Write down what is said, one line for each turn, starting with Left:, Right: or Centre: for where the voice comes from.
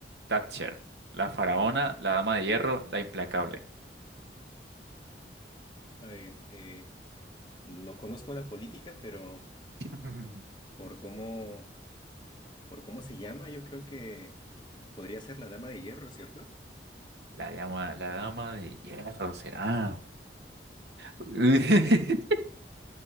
Right: Thatcher? La faraona, la dama de hierro, la implacable.
Left: a ver, eh, no conozco la política, pero
Right: <laughs>
Left: por cómo Por cómo se llama, yo creo que podría ser la Dama de Hierro, ¿cierto?
Right: La dama, la dama de hierro será. <laughs>